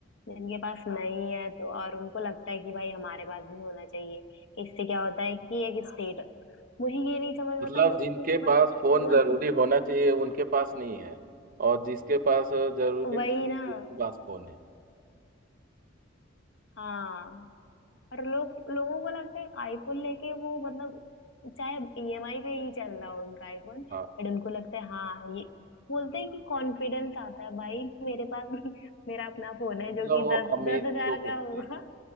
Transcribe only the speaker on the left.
जिनके पास नहीं है तो और उनको लगता है कि भाई हमारे पास भी होना चाहिए इससे क्या होता है कि एक स्टेट मुझे ये नहीं समझ में
आता लोग
को मतलब
फोन
वही ना
हाँ और लोग लोगों को लगता है आईफोन लेके वो मतलब चाहे ईएमआई पे ही चल रहा हो उनका आईफोन बट
उनको लगता है हाँ ये बोलते हैं कि कॉन्फिडेंस आता है भाई मेरे पास <laughs> मेरा अपना फोन है
जो कि
दस
दस हजार
का होगा